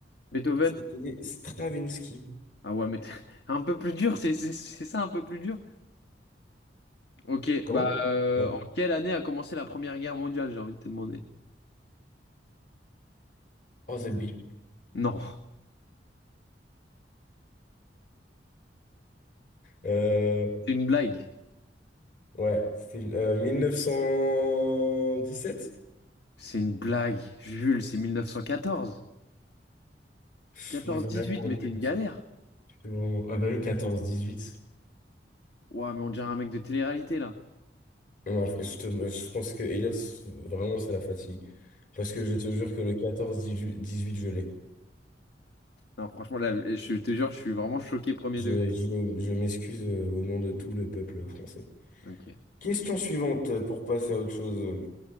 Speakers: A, on the left; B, on the left.
A: Beethoven?
B: C'était Stravinsky.
A: Ah ouais, mais t'es- <laughs> un peu plus dur, c'est c'est- c'est ça, un peu plus dur. Ok,
B: Comment?
A: bah euh,
B: Ouais.
A: en quelle année a commencé la Première Guerre mondiale, j'ai envie de te demander.
B: Oh, c'est B.
A: Non,
B: Euh,
A: c'est une blague.
B: ouais, c'est euh, 1917?
A: C'est une blague. Jules, c'est 1914.
B: Je suis
A: 14-18,
B: vraiment inculte.
A: mais t'es une galère.
B: Je suis vraiment... Ah bah oui, 14-18.
A: Ouah, mais on dirait un mec de télé-réalité là.
B: Non, en fait, je, te- je pense que Elliot, vraiment, c'est la fatigue. Parce que je te jure que le 14-18, je l'ai.
A: Non, franchement, là, je te jure, je suis vraiment choqué premier
B: Je,
A: degré.
B: je, je m'excuse euh, au nom de tout le peuple français.
A: Ok,
B: Question suivante euh, pour passer à autre chose.